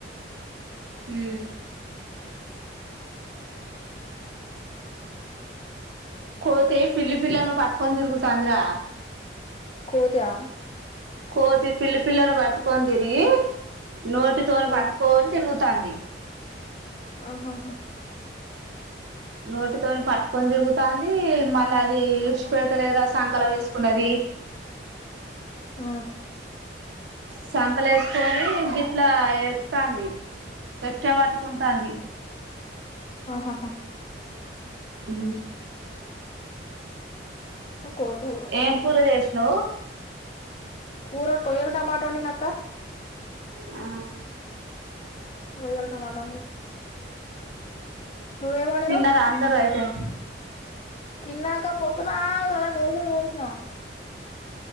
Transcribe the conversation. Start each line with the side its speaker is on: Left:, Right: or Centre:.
Right: ఉ కోతే పిల్లి పిల్లను పాట్టుకొని తిరుగు తంది రా
Left: కోతా
Right: కోతి పిల్లి పిల్లను పట్టుకొని తిరిగి నోటితోని
Left: ఓ
Right: పట్టుకొని తిరుగుతంది
Left: ఆహాహ
Right: నోటితోని పట్టుకొని తిరుగుతంది మళ్ళీ అది ఇడిచిపెడతలేదు రా సంకల వేసుకున్నది
Left: ఉ
Right: సంకలో ఏసుకొని గిట్లా ఎత్తుతంది గట్టిగా పట్టుకుంటాంది
Left: ఆహాహా
Right: ఉ
Left: కోతులు
Right: ఏం కూర చెస్ నువ్
Left: కూర టొయల్ టమాటో వండినా అక్క
Right: ఆ
Left: ఓయల్ టమాటో వండిన నువ్వేం వండినవ్
Right: తిన్నార అందరూ అయి తే
Left: తిన్నాక పోతున్నా ఇవళ దోషలు పోషినా